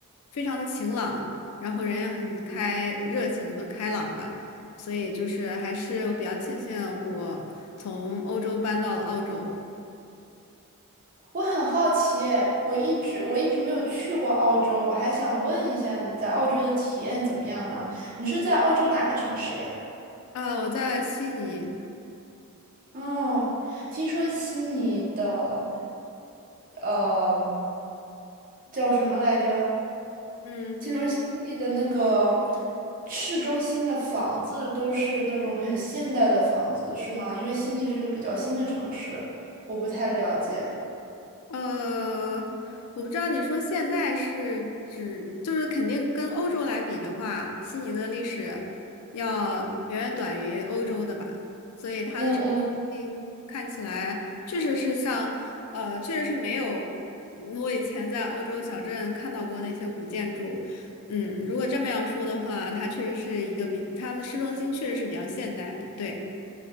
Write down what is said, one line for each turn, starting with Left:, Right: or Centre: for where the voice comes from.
Left: 非常的晴朗，然后人也很开、热情和开朗吧。所以就是还是我比较庆幸我从欧洲搬到了澳洲
Right: 我很好奇诶，我一直我一直没有去过澳洲，我还想问一下你在澳洲的体验怎么样呢？你是在澳洲哪个城市呀？
Left: 啊，我在悉尼，
Right: 哦，听说悉尼的，呃，叫什么来着？
Left: 嗯。
Right: 听说悉尼的那个市中心的房子都是那种很现代的房子，是吗？因为悉尼是一个比较新的城市，我不太了解。
Left: 呃，我不知道你说现代是指，就是肯定跟欧洲来比的话，悉尼的历史要远远短于欧洲的吧，所以它的市中心看起来确实是像，
Right: 嗯嗯。
Left: 呃，确实是没有我以前在欧洲小镇看到过那些古建筑。嗯，如果这么样说的话，它确实是一个比它的市中心确实是比较现代的，对。